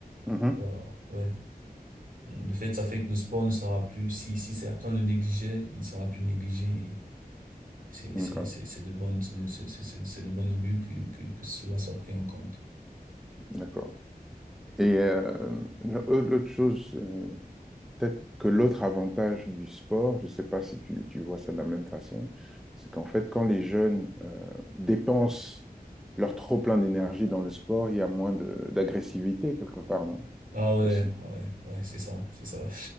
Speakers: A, in the centre; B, on the right.
A: Mhm.
B: Alors, ouais. De fait, ça fait que le sport ne sera plus, si, si certains le négligeaient, il ne sera plus négligé. Et C'est,
A: D'accord,
B: c'est, c'est, c'est de bonne, c'est de, c'est, c'est c'est de bonne augure que, que, que cela soit pris en compte.
A: d'accord. Et euh, l'autre chose euh, Peut-être que l'autre avantage du sport, je ne sais pas si tu, tu vois ça de la même façon, c'est qu'en fait, quand les jeunes euh, dépensent leur trop-plein d'énergie dans le sport, il y a moins de- d'agressivité quelque part, non?
B: Ah ouais,
A: Aussi.
B: ah ouais, ouais, c'est ça, c'est ça.